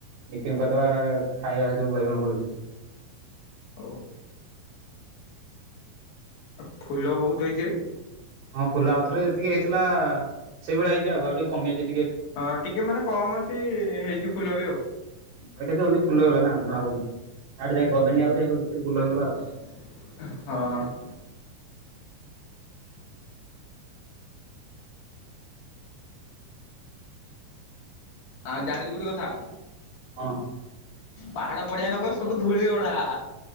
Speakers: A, on the right (about 70°); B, on the left (about 80°).
A: ନିକିନ୍ କରଦବା <unintelligible> ଖାଇବା ଯୋଉ ବାଇଗଣ ଫଳୁଛି।
B: ହଉ। ଅ, ଫୁଲ ବହୁତ ହେଇଛି ରେ।
A: ହଁ ଫୁଲ ଆଉଥରେ ଯେତିକି ହେଇଥିଲା ସେଇ ଭଳିଆ ହେଇଚି ଆଉ, ଆଉ ଟିକେ କମେଇ ଦେ
B: ହଁ ଟିକେ ମାନେ କମ ଅଛି ହେଇଛିି ଫୁଲ ବି ଆଉ।
A: ଆ, କେତେ ଜଲଦି ଫୁଲ ହେଲାନା ଜଣା ପଡୁନି, ଆଡେ କେଇ ଗଲେନି ଆଉ ଯେ ସେ ଭିତରୁ ଫୁଲ ହେଇଗଲା ଆଉ।
B: ହଁ। ଆଁ, ଜାଣିଚୁ ଗୋଟେ କଥା?
A: କଣ?
B: ପାହାଡ, ପଡିଆ, ନଗର ସବୁ ଧୂଳି ରେ ଗଢା।